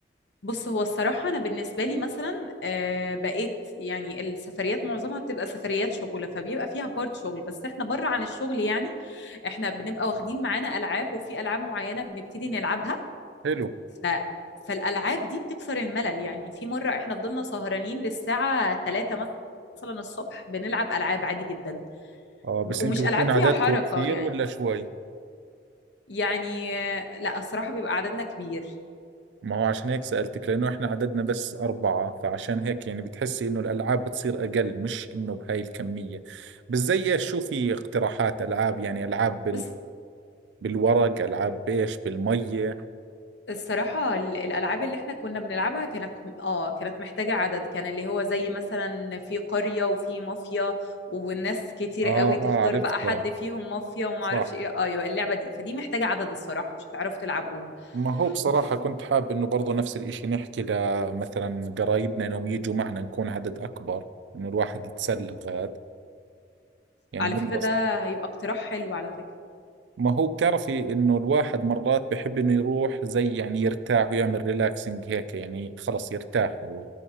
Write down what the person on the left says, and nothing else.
بص هو الصراحة أنا بالنسبة لي مثلا آه، بقيت يعني السفريات معظمها بتبقى سفريات شغل فبيبقى فيها بارت شغل بس احنا بره عن الشغل يعني احنا بنبقى واخدين معانا ألعاب وفي ألعاب معينة بنبتدي نلعبها
ف... فالألعاب دي بتكسر الملل يعني في مرة احنا فضلنا سهرانين للساعة 3 مثلا الصبح بنلعب ألعاب عادي جدا
ومش
ألعاب
فيها حركة
يعني
يعني آه، لا الصراحة بيبقى عددنا كبير
بس
الصراحة ال- الألعاب اللي احنا كنا بنلعبها كانت اه كانت محتاجة عدد كان اللي هو زي مثلا في قرية وفي مافيا والناس كتير
قوي
تختار
بقى حد فيهم مافيا وما
اعرفش ايه ايوه اللعبة دي فدي محتاجة عدد الصراحة مش هتعرفوا تلعبوها
اوف
على
فكرة ده هيبقى اقتراح حلو على فكرة